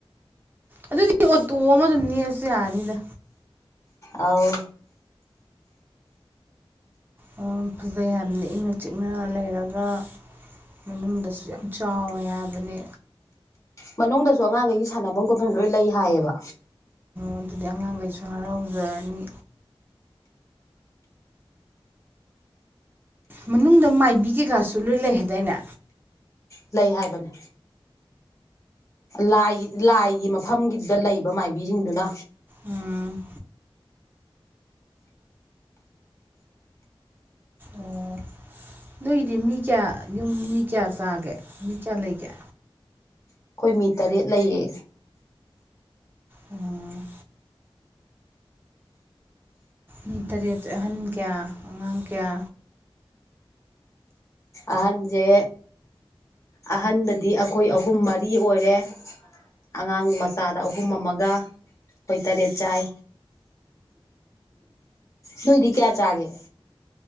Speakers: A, on the right; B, on the left.
A: ꯑꯗꯨꯗꯤ ꯑꯣꯇꯣ ꯑꯃ ꯑꯗꯨꯝ ꯅꯦꯛꯑꯁꯨ ꯌꯥꯔꯅꯤꯗ
B: ꯑꯥꯎ
A: ꯑ ꯐꯖꯩ ꯍꯥꯏꯕꯅꯦ ꯏꯪꯅ ꯆꯤꯛꯅ ꯂꯩꯔꯒ ꯃꯅꯨꯡꯗꯁꯨ ꯌꯥꯝ ꯆꯥꯎꯋꯦ ꯍꯥꯏꯕꯅꯤ
B: ꯃꯅꯨꯡꯗꯁꯨ ꯑꯉꯥꯡꯒꯩꯒꯤ ꯁꯥꯟꯅꯕꯝ ꯈꯣꯠꯐꯝ ꯂꯣꯏ ꯂꯩ ꯍꯥꯏꯌꯦꯕ
A: ꯑꯗꯨꯗꯤ ꯑꯉꯥꯡꯈꯩꯁꯨ ꯍꯔꯥꯎꯖꯔꯅꯤ ꯃꯅꯨꯡꯗ ꯃꯥꯏꯕꯤ ꯀꯩꯀꯥꯁꯨ ꯂꯣꯏ ꯂꯩ ꯍꯥꯏꯗꯥꯏꯅꯦ
B: ꯂꯩ ꯍꯥꯏꯕꯅꯤ ꯂꯥꯏꯒꯤ ꯂꯥꯏꯒꯤ ꯃꯐꯝꯒꯤꯗ ꯂꯩꯕ ꯃꯥꯏꯕꯤꯁꯤꯡꯗꯨꯅ
A: ꯎꯝ ꯎꯝ ꯅꯣꯏꯒꯤꯗꯤ ꯃꯤ ꯀꯌꯥ ꯌꯨꯝ ꯃꯤ ꯀꯌꯥ ꯆꯥꯒꯦ ꯃꯤ ꯀꯌꯥ ꯂꯩꯒꯦ
B: ꯑꯩꯈꯣꯏ ꯃꯤ ꯇꯔꯦꯠ ꯂꯩꯌꯦ
A: ꯎꯝ ꯃꯤ ꯇꯔꯦꯠ ꯑꯍꯟ ꯀꯌꯥ ꯑꯉꯥꯡ ꯀꯌꯥ
B: ꯑꯍꯟꯁꯦ ꯑꯍꯟꯗꯗꯤ ꯑꯩꯈꯣꯏ ꯑꯍꯨꯝ ꯃꯔꯤ ꯑꯣꯏꯔꯦ ꯑꯉꯥꯡ ꯃꯆꯥꯗ ꯑꯍꯨꯝ ꯑꯃꯒ ꯑꯩꯈꯣꯏ ꯇꯔꯦꯠ ꯆꯥꯏ ꯅꯣꯏꯗꯤ ꯀꯌꯥ ꯆꯥꯒꯦ